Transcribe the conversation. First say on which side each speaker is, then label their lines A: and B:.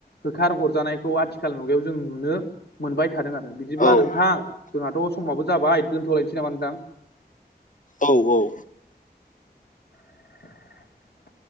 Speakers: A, on the left (about 75°); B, on the left (about 50°).
A: होखार हरजानायखौ आथिखाल मुगायाव जों नुनो मोनबाय थादों आरो बिदिब्ला
B: औ
A: नोंथां जोंहाथ' समाबो जाबाय दोनथ'लायनोसै नामा नोंथां?
B: औ औ
A: <inaudible>